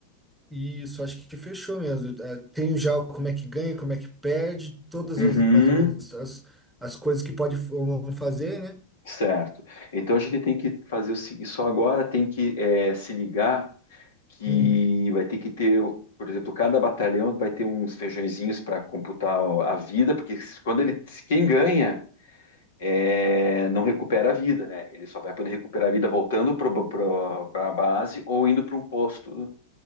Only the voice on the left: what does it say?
Uhum,
certo. Então a gente tem que fazer o seguinte, só agora tem que é, se ligar que
vai ter que ter, por exemplo, cada batalhão vai ter uns feijõezinhos para computar a vida, porque quando ele, quem ganha é, não recupera a vida, né? Ele só vai poder recuperar a vida voltando para a base ou indo para um posto